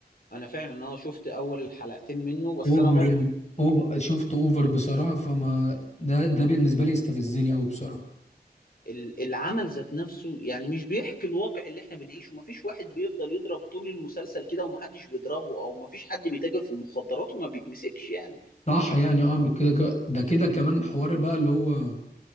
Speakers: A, on the left; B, on the left.
A: انا فعلا اه شفت اول حلقتين منه بس
B: أوفر
A: انا برضو
B: يعني أوفر شفته أوفر بصراحة فما ده ده بالنسبة لي يستفزني أوي بصراحة
A: ال- العمل ذات نفسه يعني مش بيحكي الواقع اللي احنا بنعيشه مفيش واحد بيفضل يضرب طول المسلسل كده ومحدش بيضربه او مفيش حد بيتاجر في المخدرات وما بيتمسكش يعني
B: صح يعني أه من كده ده كده كمان حوار بقى اللي هو